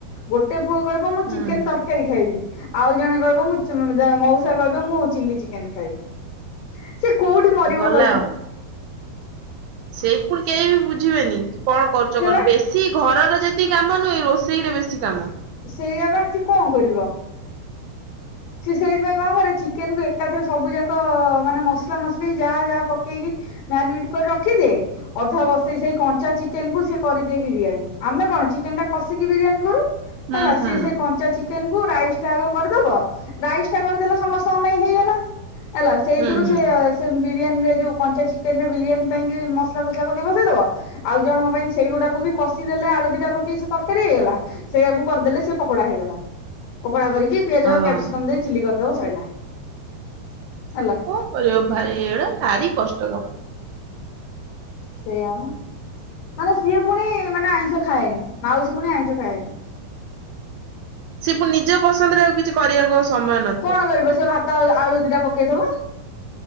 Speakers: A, on the left; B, on the right.
A: ଗୋଟେ ପୁଅ କହିବ ମୁଁ
B: ହୁଁ
A: ଚିକେନ ତରକାରୀ ଖାଇବି ଆଉ ଜଣେ କହିବ ମୁଁ <unintelligible> ମଉସା କହିବେ ମୁଁ ଚିଲି ଚିକେନ ଖାଇବି। ସିଏ କୋଉଠି ମରିବ
B: ଗଲା
A: କହିଲ?
B: ଆଉ। ସେଇ ପୁଣି କେହି ବି ବୁଝିବେନି କି କଣ କରୁଚ
A: ସେ
B: କଣ
A: ବା
B: ବେଶ ସେଇ ଘରର ଯେତିକି କାମ ନାହିଁ ରୋଷେଇରେ ବେଶୀ କାମ।
A: ସେଇଆ ପା ସିଏ କଣ କରିବ? ସିଏ ସେଇଥିପାଇଁ କଣ କରେ ଚିକେନକୁ ଏକାଥରେ ସବୁ ଯାକ ମାନେ ମସଲା ମସଲି ଯାହା ଯାହା ପକେଇକି ମ୍ୟାରିନେଟ କରି ରଖିଦିଏ ଅଧା ବସେଇ ସେଇ କଞ୍ଚା ଚିକେନକୁ ସିଏ କରିଦିଏ ବିରିୟାନୀ ଆମେ କଣ ଚିକେନଟା କଷିକି ବିରିୟାନୀ କରୁ
B: ହୁଁ
A: ହେଲା
B: ହୁଁ
A: ସିଏ ସେଇ କଞ୍ଚା ଚିକେନକୁ ରାଇସଟା ଆଗ କରିଦବ ରାଇସଟା କରଦେଲେ ସମସ୍ତଙ୍କ ପାଇଁ ହେଇଗଲା ହେଲା ସେଇଥିରୁ
B: ହୁଁ ହୁଁ
A: ସିଏ
B: ହଁ।
A: ସେ ବିରିୟାନୀରେ ଯୋଉ କଞ୍ଚା ଚିକେନରେ ବିରିୟାନୀ ପାଇଁ କି ମସଲା ଫସଲା ପକେଇ ବସେଇଦବ ଆଉ ଜଣଙ୍କ ପାଇଁ ସେଇଗୁଡାକୁ ବି କଷିଦେଲେ ଆଳୁ ଦିଇଟା ପକେଇ ସେ ତରକାରୀ ହେଇଗଲା ସେଇଆକୁ କରଦେଲେ ସିଏ ପକଡା ହେଇଗଲା ପକଡା କରିକି ପିଆଜ
B: ଆଉ
A: କ୍ୟାପସିକମ୍ ଦେଇ ଚିଲି କରିଦବ ସଇଲା। ହେଲା
B: ଆଉ କଣ କରିବ ଭାଇ ଏଇଡା ଭାରି କଷ୍ଟ କାମ।
A: ସେୟା ପା ମାନେ ସିଏ ପୁଣି ମାନେ ଆଇଁଷ ଖାଏନି ମାଉସୀ ଫୁଣି ଆଇଁଷ ଖାଏନି।
B: ସିଏ ପୁଣି ନିଜ ପସନ୍ଦରେ ଆଉ କିଛି କରିବାକୁ ଆଉ ସମୟ ନ
A: କଣ କରିବ ସିଏ ଭାତ ଆଳୁ ଦିଇଟା ପକେଇଥିବ।